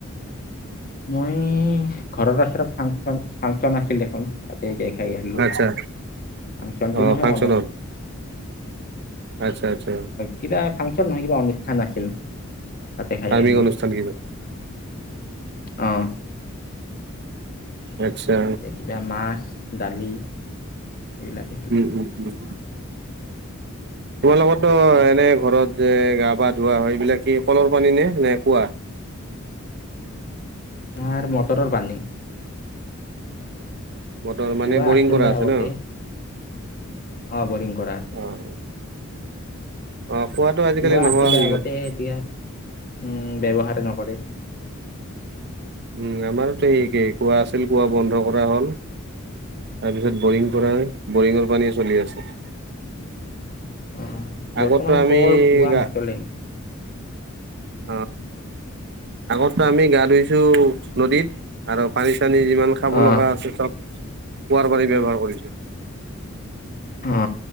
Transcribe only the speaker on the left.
মই ঘৰৰ ওচৰত ফাংচন ফাংচন আছিল এখন তাতে যায় খাই আহিলোঁ।
অচন্তি
নহয়
অলপ
কিদা ফাংচন নহয় কিবা অনুষ্ঠান আছিল। তাতে খাই
আহিলো
অ।
তাতে কিবা মাছ, দালি এইবিলাকে।
তাত
আমাৰ মটৰৰ পানী।
কুঁৱা
আছিলে
আগতে
অ বৰিং কৰা আছে।
কুঁৱা
আছিলে
আগতে
এতিয়া। উম উম ব্যৱহাৰে নকৰে।
অ বৰ্তমান
কল, কুঁৱা
নচলে।
অ',
অ